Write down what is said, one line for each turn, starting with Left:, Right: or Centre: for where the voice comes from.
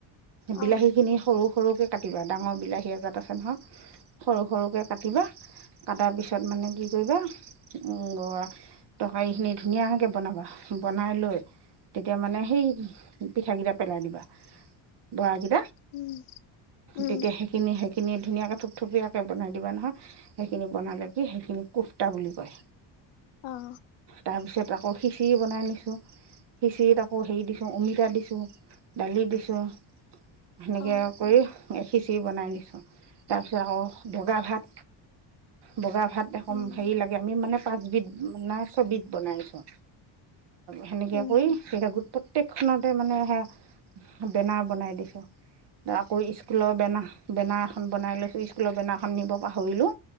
Left: অ',
Right: বিলাহীখিনি সৰু-সৰুকে কাটিবা, ডাঙৰ বিলাহী এজাত আছে নহয়, সৰু সৰুকৈ কাটিবা। কটাৰ পিছত মানে কি কৰিবা? উম, তৰকাৰীখিনি ধুনীয়াকে বনাবা। বনাই লৈ, তেতিয়া মানে, সেই পিঠাকেইটা পেলাই দিবা, বৰাগি
Left: উম, উম,
Right: তেতিয়া সেইখিনি, সেইখিনিত ধুনীয়াকে থুপথপীয়াকৈ বনাই দিবা নহয়। সেইখিনি বনালে কি? সেইখিনি কোফটা বুলি কয়।
Left: অ'।
Right: তাৰপিছত আকৌ খিচিৰি বনাই নিছোঁ। খিচিৰিত আকৌ হেৰি দিছোঁ, অমি টা দিছো দালি দিছোঁ সেনেকে
Left: অ',
Right: কৰি খিচিৰি বনাই নিছোঁ, তাৰপিছত আকৌ বগা ভাত বগা ভাত এক <unintelligible>
Left: উম,
Right: হেৰি লাগে, আমি মানে পাঁচবিধ নাই ছবিধ বনাইছোঁ সেনেকে
Left: উম,
Right: কৰি সেই গোট প্ৰত্যেক সেই খনতে মানে সে বেনাৰ বনাই দিছো। আকৌ স্কুলৰ বেনাৰ-বেনাৰ এখন বনাই লৈছো স্কুলৰ বেনাৰখন নিব পাহৰিলো।